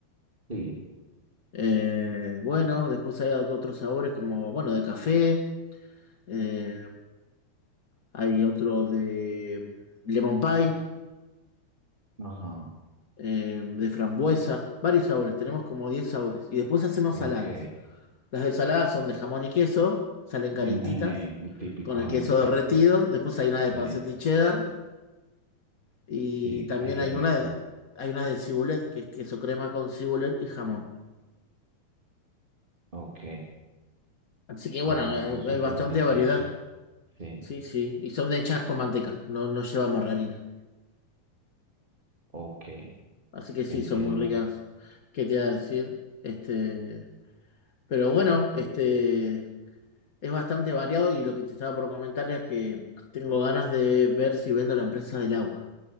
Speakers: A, on the right (about 15°); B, on the left (about 45°).
A: Sí,
B: Eh, bueno, después hay otros sabores como, bueno, de café, eh, hay otro de mm, lemon pie,
A: ajá.
B: eh, de frambuesa, varios sabores, tenemos como 10 sabores. Y después hacemos
A: Ok,
B: saladas. Las de saladas son de jamón y queso, salen calentitas,
A: me imaginé el típico
B: con el
A: jamón
B: queso
A: y queso.
B: derretido. Después hay una de
A: Sí,
B: panceta y cheddar. Y
A: sí,
B: también
A: ay, qué
B: hay
A: rico.
B: una, hay unas de cibulet, que es queso crema con cibulet y jamón.
A: Ok,
B: Así que bueno,
A: ah,
B: hay,
A: no, súper
B: hay bastante
A: delicioso.
B: variedad.
A: Sí,
B: Sí, sí. Y son hechas con manteca, no, no lleva margarina.
A: ok,
B: Así que sí,
A: entiendo.
B: son muy ricas. ¿Qué te iba a decir? Este, pero bueno, este es bastante variado y lo que te estaba por comentar es que tengo ganas de ver si vendo la empresa del agua.